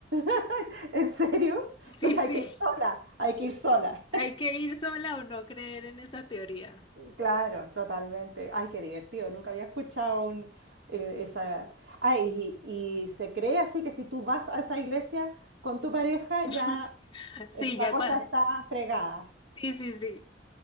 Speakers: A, on the right; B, on the left.
A: <laughs> ¿En serio?
B: <laughs>
A: Entonces
B: Sí,
A: hay
B: sí.
A: que ir sola, hay que ir sola.
B: Hay que ir sola o no creer en esa teoría.
A: Claro, totalmente. Ay, qué divertido. Nunca había escuchado un, el- esa... Ah, y, y se cree así que si tú vas a esa iglesia con tu pareja,
B: <laughs>
A: ya
B: Sí,
A: es- la
B: ya
A: cosa
B: cua-
A: está fregada.
B: Sí, sí, sí.